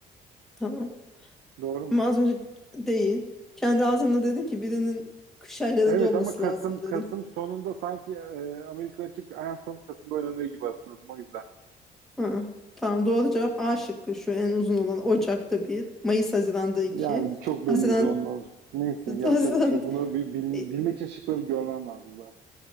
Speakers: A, in the centre; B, on the right.
A: Tamam.
B: Doğru mu?
A: Ama az önce değil. Kendi ağzınla dedin ki birinin kış aylarında
B: Evet
A: olması
B: ama Kasım
A: lazım dedi.
B: Kasım sonunda sanki e, Amerika açık en son Kasım'da oynanıyor gibi hatırladım o yüzden.
A: Ha, tamam doğru cevap A şıkkı şu en uzun olan Ocak'ta bir, Mayıs Haziran'da iki.
B: Yani çok
A: Haziran
B: belliydi onun oldu. Neyse
A: <laughs>
B: yapacak
A: Haziran
B: bir şey yok. Bunu bi- bil-
A: E,
B: bilmek için şıkları görmem lazım zaten.